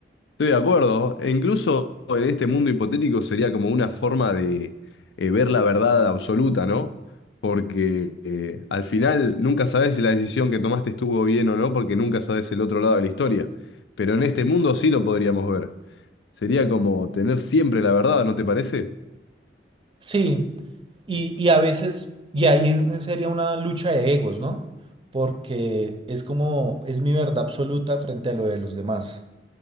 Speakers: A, on the left; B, on the right.
A: Estoy de acuerdo. E incluso en este mundo hipotético sería como una forma de eh, ver la verdad absoluta, ¿no? Porque eh, al final nunca sabes si la decisión que tomaste estuvo bien o no, porque nunca sabes el otro lado de la historia. Pero en este mundo sí lo podríamos ver. Sería como tener siempre la verdad, ¿no te parece?
B: Sí, y, y a veces, y ahí en- sería una lucha de egos, ¿no? Porque es como, es mi verdad absoluta frente a lo de los demás,